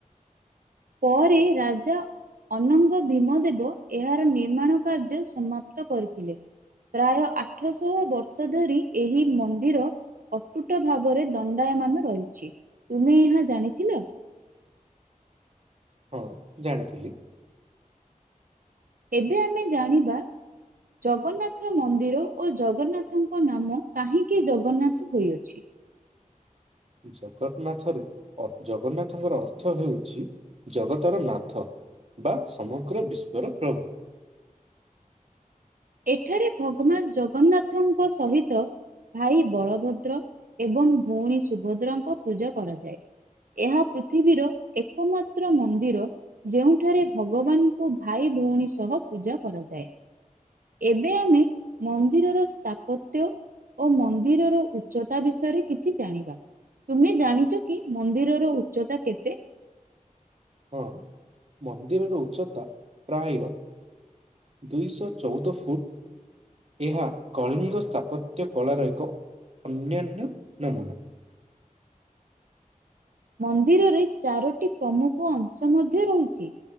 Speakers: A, on the right (about 80°); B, on the right (about 45°).
A: ପରେ ରାଜା ଅନଙ୍ଗ ଭୀମଦେବ ଏହାର ନିର୍ମାଣ କାର୍ଯ୍ୟ ସମାପ୍ତ କରିଥିଲେ। ପ୍ରାୟ ଆଠଶହ ବର୍ଷ ଧରି ଏହି ମନ୍ଦିର ଅଟୁଟ ଭାବରେ ଦଣ୍ଡାୟମାନ ରହିଛି ତୁମେ ଏହା ଜାଣିଥିଲ?
B: ହଁ ଜାଣିଥିଲି।
A: ଏବେ ଆମେ ଜାଣିବା। ଜଗନ୍ନାଥ ମନ୍ଦିର ଓ ଜଗନ୍ନାଥଙ୍କ ନାମ କାହିଁକି ଜଗନ୍ନାଥ ହୋଇଅଛି।
B: ଜଗନ୍ନାଥରେ ଜଗନ୍ନାଥଙ୍କର ଅର୍ଥ ହେଉଛି। ଜଗତର ନାଥ ବା ସମଗ୍ର ବିଶ୍ୱର ପ୍ରଭୁ।
A: ଏଠାରେ ଭଗବାନ ଜଗନ୍ନାଥଙ୍କ ସହିତ। ଭାଇ ବଳଭଦ୍ର ଏବଂ ଭଉଣୀ ସୁଭଦ୍ରଙ୍କ ପୂଜା କରାଯାଏ। ଏହା ପୃଥିବୀର ଏକମାତ୍ର ମନ୍ଦିର ଯେଉଁଠାରେ ଭଗବାନଙ୍କୁ ଭାଇ ଭଉଣୀ ସହ ପୂଜା କରାଯାଏ। ଏବେ ଆମେ ମନ୍ଦିରର ସ୍ଥାପତ୍ୟ ଓ ମନ୍ଦିରର ଉଚ୍ଚତା ବିଷୟରେ କିଛି ଜାଣିବା। ତୁମେ ଜାଣିଛ କି ମନ୍ଦିରର ଉଚ୍ଚତା କେତେ?
B: ହଁ ମନ୍ଦିରର ଉଚ୍ଚତା ପ୍ରାୟ ଦୁଇଶହ ଚଉଦ ଫୁଟ। ଏହା କଳିଙ୍ଗ ସ୍ଥାପତ୍ୟ କଳାର ଏକ ଅନ୍ୟାନ ନମନ।
A: ମନ୍ଦିରରେ ଚାରୋଟି ପ୍ରମୁଖ ଅଂଶ ମଧ୍ୟ ରହିଛି।